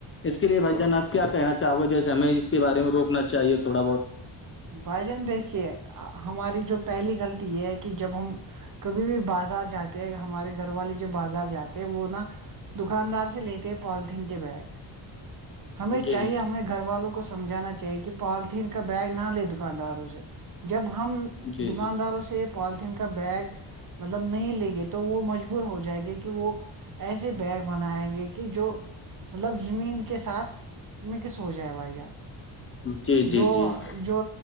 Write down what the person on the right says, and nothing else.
بھائی جان دیکھیے ہماری جو پہلی غلطی یہ ہے کہ جب ہم کبھی بھی بازار جاتے ہیں ہمارے گھر والے جو بازار جاتے ہیں وہ نا دکاندار سے لیتے پالتھین کے بیگ ہمیں
چاہے ہمیں گھر والوں کو سمجھانا چاہیے کہ پالیتھیین کو کا بیگ نہ لے دکانداروں سے جب ہم
دکانداروں
سے پالیتھین کا بیگ مطلب نہیں لیں گے تو وہ مجبور ہو جائے گی کہ وہ ایسے بیگ بنیں گے کہ جو مطلب زمین کے ساتھ مکس ہو جائے بھائی جان
جو
جو